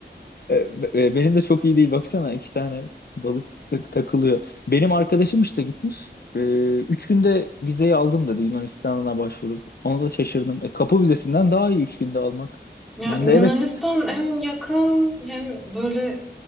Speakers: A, on the left; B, in the centre.
A: E, e, Benim de çok iyi değil baksana iki tane balık tak- takılıyor. Benim arkadaşım işte gitmiş. E, üç günde vizeyi aldım dedi Yunanistan'a başvurup. Ona da şaşırdım. E, kapı vizesinden daha iyi üç günde almak.
B: Ya
A: Ben
B: Yunanistan
A: de evet.
B: hem yakın hem böyle